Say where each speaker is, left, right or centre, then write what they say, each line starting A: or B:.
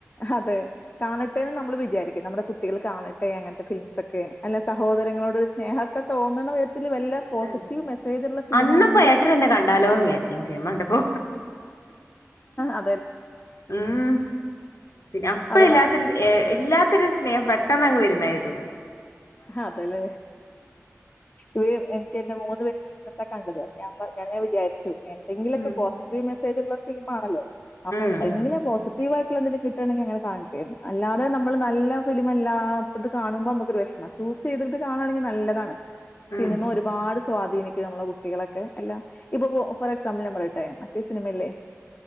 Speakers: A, on the left; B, on the left.
A: ഹതെ കാണട്ടേന്ന് നമ്മള് വിചാരിക്കും നമ്മുടെ കുട്ട് കുട്ടികൾ കാണട്ടെ അങ്ങനത്തെ ഫിലിംസ് ഒക്കെ അല്ല സഹോദരങ്ങളോടൊര് സ്നേഹൊക്കെ തോന്നണെ ത്തില് വല്ല
B: അതാണ്
A: പോസിറ്റീവ് മെസേജ് ഉള്ള ഫിലിം
B: അന്നപ്പോ
A: ആണെങ്കില്
B: ഏട്ടൻ എന്നെ കണ്ടാലോന്ന് വിചാരിച്ചു
A: ആഹ്
B: സിനിമ കണ്ടപ്പോ
A: <inaudible>
B: ഉം പിന്നെ അപ്പഴില്ലാത്തൊര്ഏഹ്
A: അതെടാ
B: ഇല്ലാ ത്തൊര് സ്നഹം പെട്ടെന്ന് അങ്ങ് വരുന്നതായി തോന്നും
A: ഹതേല്ലേ ഇവ എനിക്ക് എന്റെ മൂന്ന് പേരും കൂടി ഇരുന്നിട്ടാ കണ്ടത് ഞപർ ഞാന് ഇങ്ങനെ വിചാരിച്ചു എന്തെങ്കിലൊക്കെ
B: ഉം
A: പോസി പോസിറ്റീവ് മെസേജ് ഉള്ള ഫിലിം ആണല്ലോ അപ്പം
B: ഉം
A: എന്തെങ്കിലും
B: ഉം
A: പോസി റ്റീവായിട്ടുള്ള എന്തേലും കിട്ടാണെങ്കി അങ്ങനെ കാണട്ടെ അല്ലാതെ നമ്മള് നല്ല ഫിലിമല്ലാത്തത് കാണുമ്പം നമുക്കൊരു വഷ് എന്ന ചൂസ് ചെയ്തിട്ട് കാണാണെങ്കി നല്ലതാണ് സിനിമ
B: ഉം
A: ഒര് ഒരുപാട് സ്വാധീനിക്കും നമ്മളെ കുട്ടികളെക്കെ എല്ലാ ഇപ്പപ്പോ ഫോർ എക്സാമ്പിൾ ഞാൻ പറയട്ടേ മറ്റേ സിനിമയില്ലേ